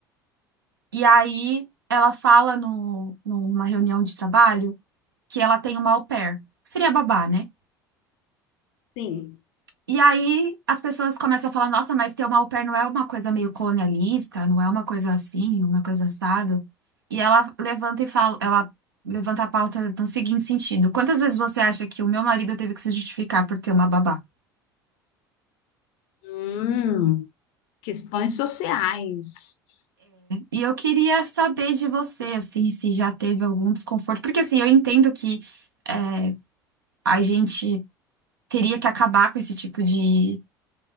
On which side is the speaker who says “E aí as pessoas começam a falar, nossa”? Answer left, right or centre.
Right